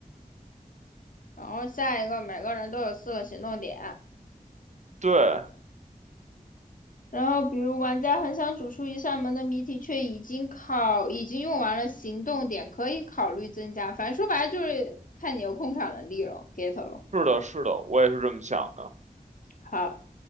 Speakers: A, on the left (about 65°); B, on the right (about 50°).
A: 然后下一个，每个人都有四个行动点。
B: 对，
A: 然后，比如玩家很想走出一扇门的谜题，却已经考已经用完了行动点，可以考虑增加。反正说白了就是看你有控场能力了，get 了。
B: 是的，是的，我也是这么想的。
A: 好，